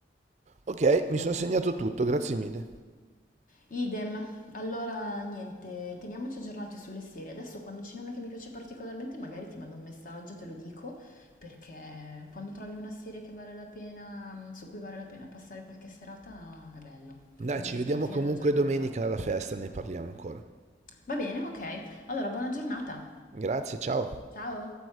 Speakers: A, on the right; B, on the left.
A: Ok, mi sono segnato tutto, grazie mille.
B: Idem, allora niente, teniamoci aggiornati sulle serie. Adesso quando ce n'è una che mi piace particolarmente, magari ti mando un messaggio, te lo dico, perché quando trovi una serie che vale la pena, su cui vale la pena passare qualche serata, è bello.
A: Dai,
B: Cioè, comunque
A: ci vediamo
B: ti alla fine
A: comunque
B: della giornata.
A: domenica alla festa, ne parliamo ancora.
B: Va bene, ok. Allora, buona giornata.
A: Grazie, ciao.
B: Ciao.